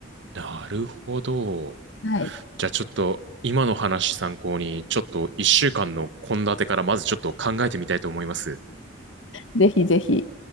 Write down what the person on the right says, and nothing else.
なるほど。
じゃあちょっと今の話参考に、ちょっと一週間の献立からまずちょっと考えてみたいと思います。